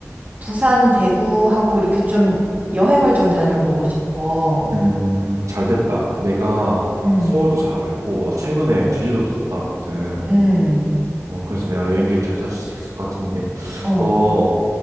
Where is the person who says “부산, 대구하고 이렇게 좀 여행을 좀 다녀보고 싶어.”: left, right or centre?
Right